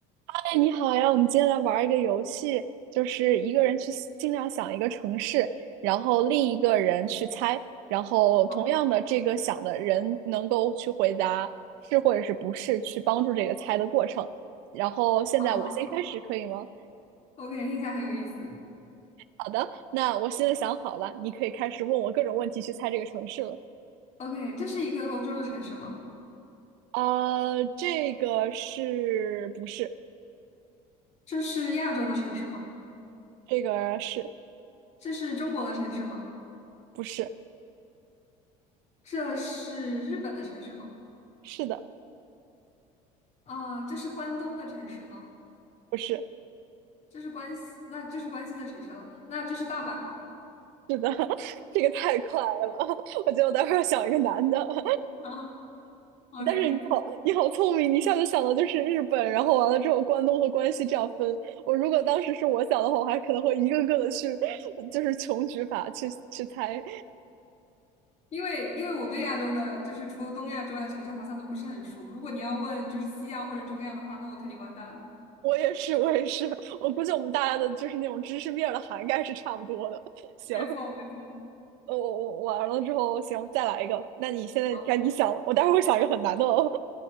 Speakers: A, on the right; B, on the left.
A: 哎，你好呀！我们今天来玩一个游戏，就是一个人去尽量想一个城市，然后另一个人去猜，然后同样的这个想的人能够去回答是或者是不是，
B: 好，
A: 去帮助这个猜的过程。然后现在我先开始，
B: 好，好
A: 可以吗？
B: ，OK，听起来很有意思。
A: 好的，那我现在想好了，你可以开始问我各种问题去猜这个城市了。
B: OK，这是一个欧洲的城市吗？
A: 啊，这个是不是？
B: 这是亚洲的城市吗？
A: 这个是
B: 这是中国的城市吗？
A: 不是？
B: 这是日本的城市吗？
A: 是的，
B: 啊、这是关东的城市吗？
A: 不是。
B: 这是关西，那这是关西的城市了。那这是大阪吗
A: <laughs> 是的，<laughs> 这个太快了，<laughs> 我觉得我待会儿要想一个男的。<laughs>
B: <laughs> 啊？OK，
A: 但是你好，你好聪明，你一下就想到就是日本，然后完了之后关东和关西这样分。我如果当时是我想的话，我还可能会一个个的去，就是穷举法去去猜。
B: 因为因为我对亚洲的，就是除了东亚之外的城市，好像都不是很熟。如果你要问就是西亚或者中亚的话，那我肯定完蛋了。
A: 我也是，我也是，我估计我们大家的就是那种知识面儿的涵盖是差不多的。行，
B: 没错，没错。
A: 我我我完了之后，行，再来一个。那你现在该你想了，
B: 好，
A: 我待会儿会想一个很难的哦，